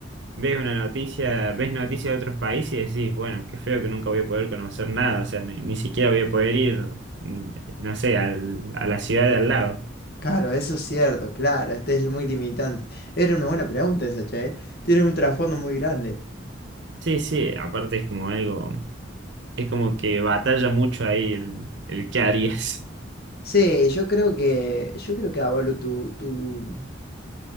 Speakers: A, on the right; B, on the left.
A: ves una noticia, ves noticias de otros países y decís, bueno, qué feo que nunca voy a poder conocer nada, o sea, ni, ni siquiera voy a poder ir, ni- no sé, al- a la ciudad de al lado.
B: Claro, eso es cierto, claro, este es muy limitante. Era una buena pregunta esa, che. ¿eh? Tiene un trasfondo muy grande.
A: Sí, sí, aparte es como algo, es como que batalla mucho ahí el, el qué harías. <laughs>
B: Sí, yo creo que, yo creo que avalo tu, tu,